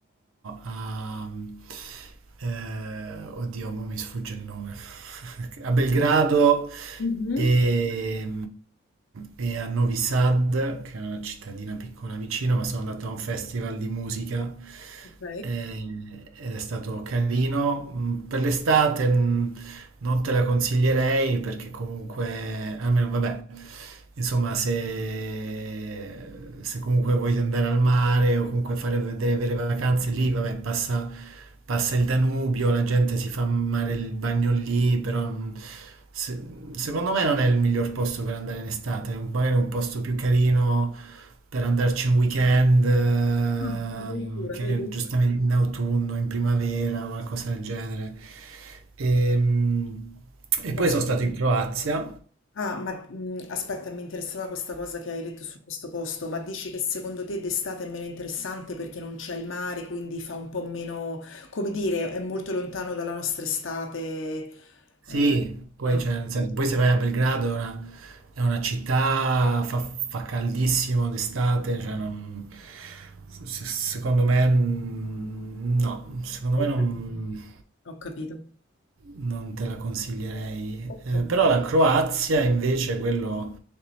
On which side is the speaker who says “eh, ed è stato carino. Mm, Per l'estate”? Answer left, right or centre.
Right